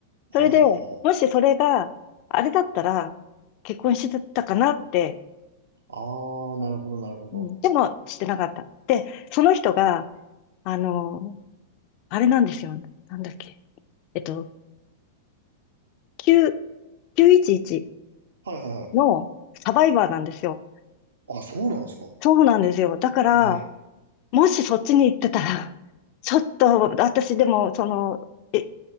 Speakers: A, on the right; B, on the left.
A: はははは
B: それで、もしそれがあれだったら、結婚してたかなって、
A: は。ああ、なるほど、なるほど。
B: うんでもしてなかった。で、その人が、あのーあれなんですよ。なんだっけ。えっと、9、911
A: はいはいはい。
B: のサバイバーなんですよ。
A: あ、そうなんですか。
B: そうなんですよ。だから、
A: へえ。
B: もしそっちに行ってたら、<laughs> ちょっと私でも、その、え、